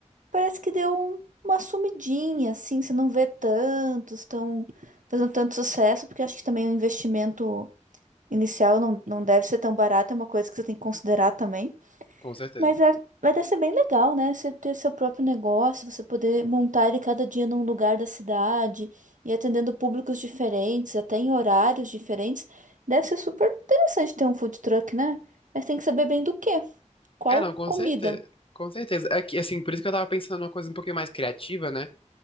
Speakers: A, on the right; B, on the left.
A: parece que deu um- uma sumidinha, assim, você não vê tantos, estão fazendo tanto sucesso, porque acho que também o investimento inicial não, não deve ser tão barato, é uma coisa que você tem que considerar também.
B: com certeza.
A: Mas, é, mas deve ser bem legal, né? Você ter seu próprio negócio, você poder montar ele cada dia num lugar da cidade e atendendo públicos diferentes, até em horários diferentes. Deve ser super interessante ter um food truck, né? Mas tem que saber bem do quê? Qual
B: É, não, com
A: comida?
B: certeza. Com certeza. É que, assim, por isso que eu tava pensando numa coisa um pouquinho mais criativa, né?